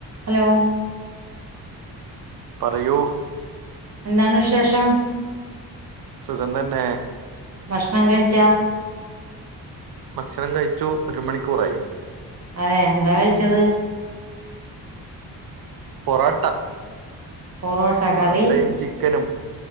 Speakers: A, on the right (about 30°); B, on the right (about 50°).
A: ഹലോ
B: പറയൂ
A: എന്താണുവിശേഷം
B: സുഖം തന്നെ
A: ഭക്ഷണം കഴിച്ചാ
B: ഭക്ഷണം കഴിച്ചു ഒരു മണിക്കൂറായി
A: അതെ എന്താ കഴിച്ചത്
B: പൊറാട്ട
A: പൊറോട്ട
B: പൊറോട്ടയും
A: കറി
B: ചിക്കനും